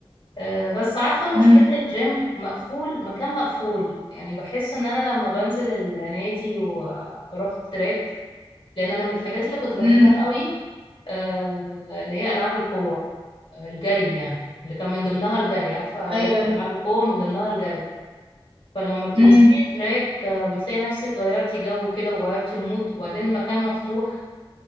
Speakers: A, on the left; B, on the right.
A: آه، بس عارفة
B: امم
A: مشكلة الجيم مقفول مكان مقفول يعني بحس ان انا لما بنزل النادي وبروح تراك لان انا من الحاجات اللي كنت بحبها
B: امم
A: قوي آه، اللي هي العاب القوة آه، الجري يعني اللي كان من ضمنها الجري عارفة
B: ايوه
A: رياضة العاب القوة من ضمنها الجري فلما بتنزلي
B: امم
A: التراك آه، بتلاقي نفسك غيرتي جو كده وغيرتي مود وبعدين المكان مفتوح